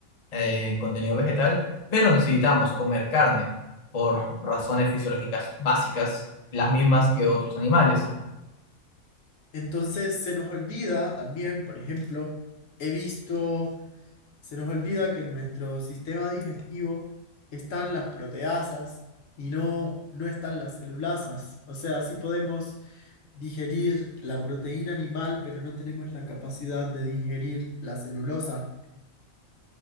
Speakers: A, on the left; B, on the left.
A: eh, contenido vegetal, pero necesitamos comer carne por razones fisiológicas básicas, las mismas que otros animales.
B: entonces se nos olvida también, por ejemplo, he visto, se nos olvida que en nuestro sistema digestivo están las proteasas y no, no están las celulasas. O sea, sí podemos digerir la proteína animal, pero no tenemos la capacidad de digerir la celulosa.